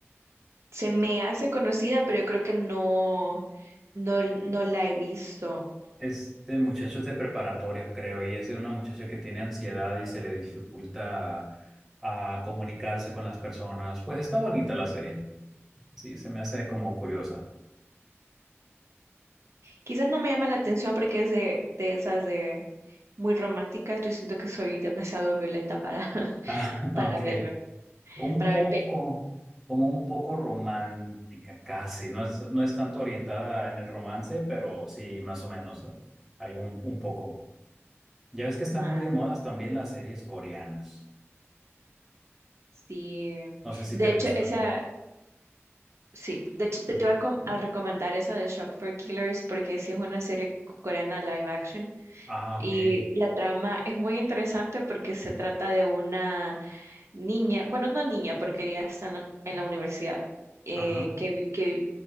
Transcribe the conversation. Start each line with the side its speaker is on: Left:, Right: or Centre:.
Right: se me hace conocida, pero yo creo que no, no, no la he visto.
Centre: Este muchacho es de preparatoria, creo, y es de una muchacha que tiene ansiedad y se le dificulta a, comunicarse con las personas. Pues está bonita la serie. Sí, se me hace como curiosa.
Right: Quizás no me llama la atención porque es de, de esas de muy románticas. Yo siento que soy demasiado violenta para, <laughs>
Centre: <laughs> Ah,
Right: para
Centre: ok.
Right: ver,
Centre: Un
Right: para
Centre: poco,
Right: ver películas.
Centre: como un poco romántica, casi. No es, no es tanto orientada en el romance, pero sí, más o menos. eh, Hay un, un poco. Ya ves que están
Right: Ah,
Centre: muy de modas también las series coreanas.
Right: sí.
Centre: No sé si
Right: De
Centre: te
Right: hecho,
Centre: gustan.
Right: esa, sí. De hecho, te,
Centre: Ujú.
Right: te voy a, com- a recomendar esa de Shop for Killers porque sí es una serie coreana live action.
Centre: Ah,
Right: Y
Centre: ok.
Right: la trama es muy interesante porque se trata de una niña, bueno, no niña, porque ella está en la, en la universidad, eh,
Centre: Ajá.
Right: que, vi- que vi-